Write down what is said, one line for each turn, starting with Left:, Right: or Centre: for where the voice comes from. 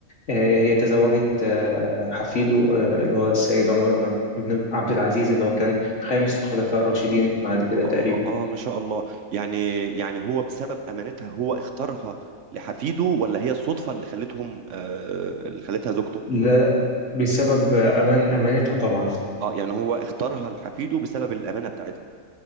Left: آه، هي تزوجت آه، حفيده آه، اللي هو السيد عمر بن عب- بن عبد العزيز اللي هو كان خامس الخلفاء الراشدين بعد كده
Right: اه
Left: تقريبا
Right: اه ما شاء الله يعني يعني هو بسبب امانتها هو اختارها لحفيده ولا هي الصدفة اللي خلتهم آه اللي خلتها زوجته
Left: لا لا بسبب آه، أمان أمانتها طبعا
Right: اه يعني هو اختارها لحفيده بسبب الامانة بتاعتها